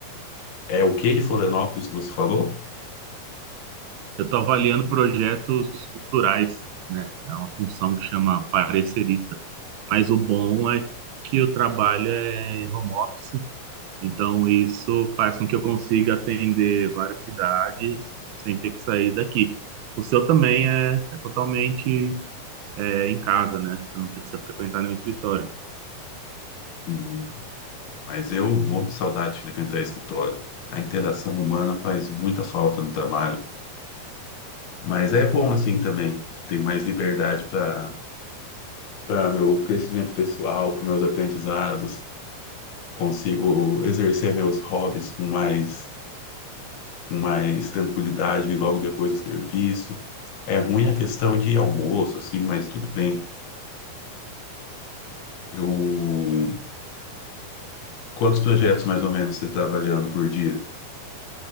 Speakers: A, on the left; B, on the right.
A: É o que de Florianópolis que você falou?
B: Eu estou avaliando projetos culturais, né? É uma função que chama parecerista. Mas o bom é que o trabalho é em home office, então isso faz com que eu consiga atender várias cidades sem ter que sair daqui. O seu também é, é totalmente é, em casa, né? Você não precisa frequentar nenhum escritório.
A: Uhum. Mas eu morro de saudade de frequentar escritório. A interação humana faz muita falta no trabalho. Mas é bom assim também. Tenho mais liberdade para para meu crescimento pessoal, para meus aprendizados. Consigo exercer meus hobbies com mais, com mais tranquilidade logo depois do serviço. É ruim a questão de almoço, assim, mas tudo bem. Eu... Quantos projetos mais ou menos você está avaliando por dia?